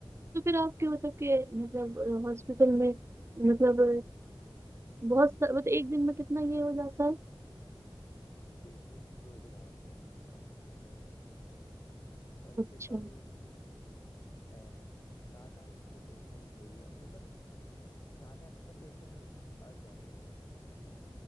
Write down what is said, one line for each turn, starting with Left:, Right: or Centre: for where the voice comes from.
Right: تو پھر آپ کے مطلب کہ مطلب ہاسپٹل میں مطلب بہت س مطلب ایک دن میں کتنا یہ ہو جاتا ہے
Left: پیشنٹس وہ تو بہت ہے ہم لوگ کا ہاسپٹل میں کم
Right: اچھا
Left: سے کم ا سات آٹھ سو پیشنٹ ڈیلی آتے مطلب سات آٹھ سو پیشنٹ نہیں اور زیادہ ہی رہتے ہیں میں نے